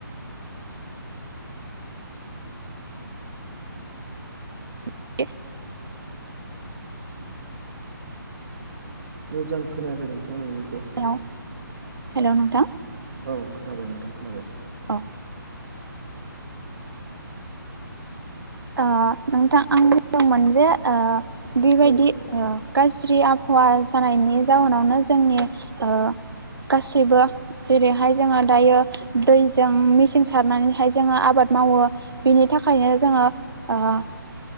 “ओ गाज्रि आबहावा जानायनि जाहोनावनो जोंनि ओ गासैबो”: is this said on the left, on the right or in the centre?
Right